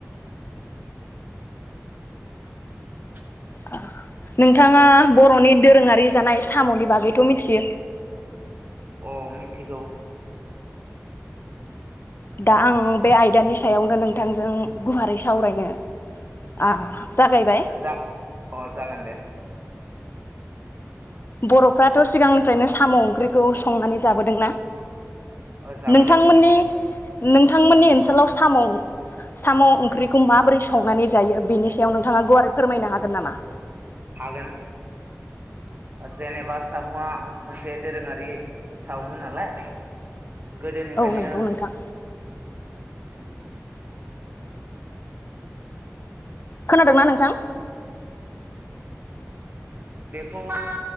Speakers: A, on the right (about 35°); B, on the left (about 40°).
A: <inaudible>
B: ओ नोंथाङा
A: हेलौ
B: बर'नि दोरोङारि जानाय साम'नि बागैथ' मिथियो?
A: अ मिथिगौ।
B: दा आं बे आयदानि सायावनो नोंथांजों गुवारै सावरायनो आ जागायबाय।
A: जा अ जागोन दे।
B: बर'फ्राथ' सिगांनिफ्रायनो साम' ओंख्रिखौ संनानै जाबोदोंना?
A: अ जाबोदों
B: नोंथांमोननि नोंथांमोननि ओनसोलाव साम' साम' ओंख्रिखौ माबोरै संनानै जायो बेनि सायाव नोंथाङा गुवारै फोरमायनो हागोन नामा?
A: हागोन जेनेबा सामुआ मोनसे दोरोङारि सावमु नालाय गोदोनिफ्रायनो
B: औ नंगौ नोंथां खोनादों ना नोंथां?
A: बेखौ <inaudible>